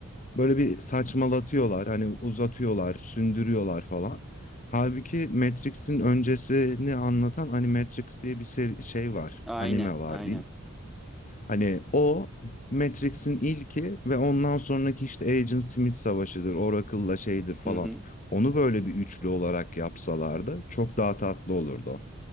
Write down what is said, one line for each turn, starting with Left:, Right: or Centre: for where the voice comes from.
Left: böyle bir saçmalatıyorlar. Hani uzatıyorlar, sündürüyorlar falan. Halbuki Matrix'in öncesini anlatan hani Matrix diye bir seri- şey var,
Centre: Aynen,
Left: anime var
Centre: aynen.
Left: diyeyim. Hani o Matrix'in ilki ve ondan sonraki işte Agent Smith savaşıdır, Oracle'la şeydir falan.
Centre: Hı hı.
Left: Onu böyle bir üçlü olarak yapsalardı çok daha tatlı olurdu.